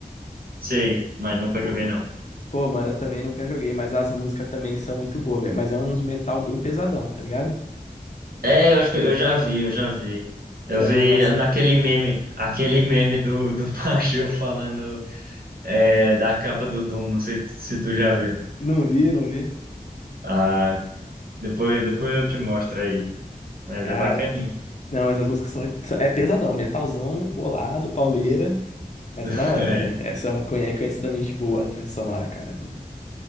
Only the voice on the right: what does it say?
Sei, mas nunca
joguei não.
É, eu acho que eu já vi, eu já vi. Eu
vi
naquele meme, aquele meme do, do <laughs> Pacheu falando é, da capa do Doom, não sei se tu já viu.
Ah, depois, depois eu te mostro aí, mas
é bacaninha.
<laughs>
É,